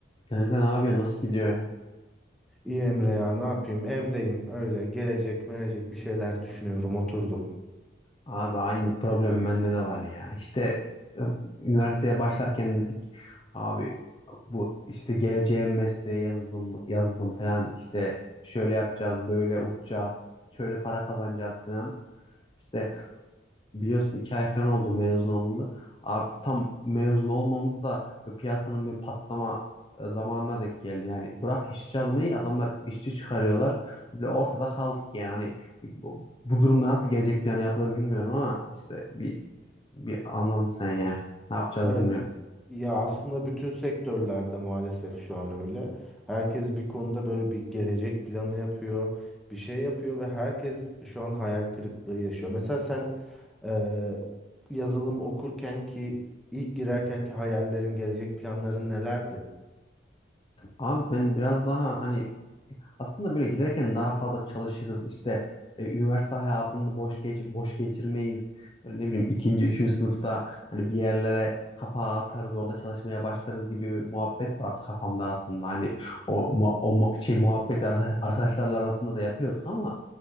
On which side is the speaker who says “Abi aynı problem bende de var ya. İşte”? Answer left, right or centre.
Left